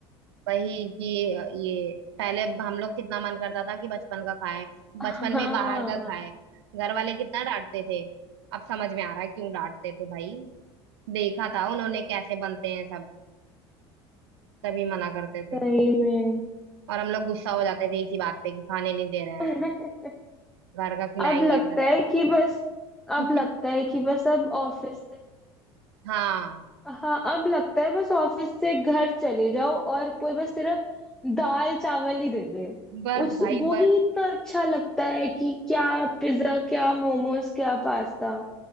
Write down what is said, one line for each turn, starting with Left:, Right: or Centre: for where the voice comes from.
Right: वही कि ये पहले हम लोग कितना मन करता था कि बचपन का खाएं बचपन
Centre: हाँ
Right: में बाहर का खाएं घर वाले कितना डांटते थे अब समझ में आ रहा है क्यों डांटते थे भाई देखा था उन्होंने कैसे बनते हैं सब तभी मना करते थे
Centre: सही में
Right: और हम लोग गुस्सा हो जाते थे इसी बात पे कि खाने नहीं दे रहे हैं
Centre: <laughs>
Right: घर का खिलाएंगे
Centre: अब लगता
Right: बस
Centre: है कि बस
Right: <laughs>
Centre: अब लगता है कि बस अब ऑफिस
Right: हाँ
Centre: हाँ अब लगता है बस ऑफिस से घर चले जाओ और कोई बस सिर्फ दाल चावल ही दे दे
Right: बस
Centre: उस
Right: भाई
Centre: वो
Right: बस
Centre: ही इतना अच्छा लगता है कि क्या पिज्जा क्या मोमोज क्या पास्ता